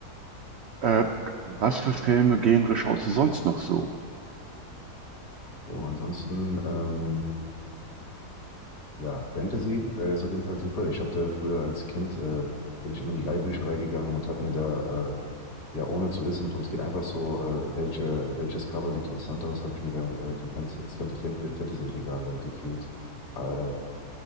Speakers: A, on the right; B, on the left.
A: äh, was für Filme, Genre schaust du sonst noch so?
B: Oh, ansonsten, ähm, ja, Fantasy äh, ist auf jeden Fall super. Ich habe da früher als Kind, äh, bin ich immer in die Leihbücherei gegangen und habe mir da, äh, ja, ohne zu wissen, worum es geht, einfach so, äh, welche, welches Cover sieht interessant aus, habe ich mir da äh, die ganze, das ganze Fantasy- Fantasy-Regal da gefühlt äh,